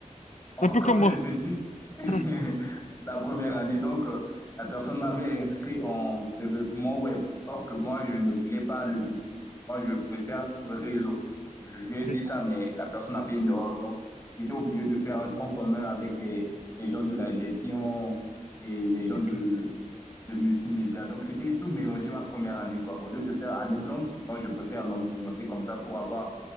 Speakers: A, on the left; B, on the left.
A: encore,
B: Un peu comme moi.
A: je te dis, <laughs>
B: <laughs>
A: la première année, donc, euh, la personne m'avait inscrit en développement web. Or que moi, je ne voulais pas le développement. Moi, je préfère le réseau. Je lui
B: Ok.
A: ai dit ça, mais la personne a fait une erreur. Donc, j'étais obligé de faire un tronc commun avec les, les gens de la gestion et les gens
B: Ok.
A: de, de multimédia. Donc, c'était tout mélangé ma première année, quoi. Au lieu de faire année blanche, moi, je préfère l'an- me lancer comme ça pour avoir